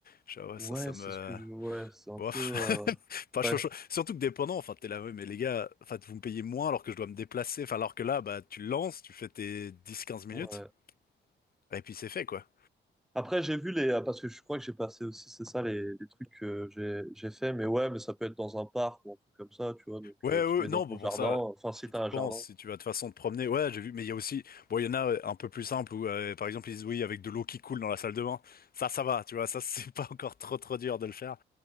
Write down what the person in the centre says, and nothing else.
ouais,
c'est ce que je- ouais, c'est un
peu euh,
ouais,
ouais.
Après, j'ai vu les, euh, parce que je crois que j'ai passé aussi, c'est ça, les, les trucs que j'ai, j'ai fait, mais ouais, mais ça peut être dans un parc ou un truc comme ça, tu vois, donc
euh, tu
te
mets
dans ton
jardin,
enfin, si
t'as
un
jardin,